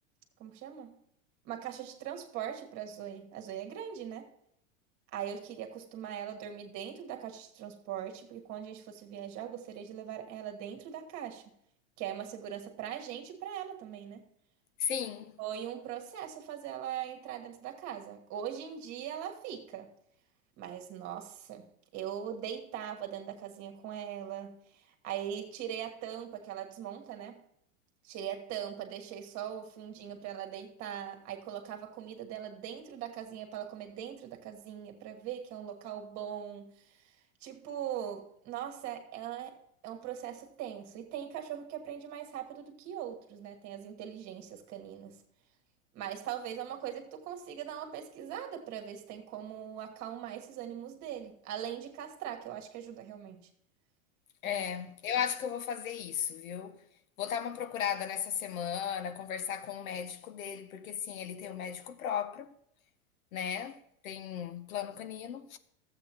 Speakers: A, on the right; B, on the left.
A: como que chama? Uma caixa de transporte pra Zoe. A Zoe é grande, né? Aí eu queria acostumar ela a dormir dentro da caixa de transporte, porque quando a gente fosse viajar, eu gostaria de levar ela dentro da caixa, que é uma segurança pra gente e pra ela também, né?
B: sim.
A: Foi um processo fazer ela entrar dentro da casa. Hoje em dia ela fica. Mas nossa, eu deitava dentro da casinha com ela. Aí tirei a tampa que ela desmonta, né? Tirei a tampa, deixei só o fundinho pra ela deitar. Aí colocava a comida dela dentro da casinha pra ela comer dentro da casinha, pra ver que é um local bom. Tipo, nossa, é, é é um processo tenso. E tem cachorro que aprende mais rápido do que outros, né? Tem as inteligências caninas. Mas talvez é uma coisa que tu consiga dar uma pesquisada pra ver se tem como acalmar esses ânimos dele. Além de castrar, que eu acho que ajuda realmente,
B: É,
A: né?
B: eu acho que eu vou fazer isso, viu? Vou dar uma procurada nessa semana, conversar com o médico dele, porque sim, ele tem um médico próprio, né? Tem um plano canino.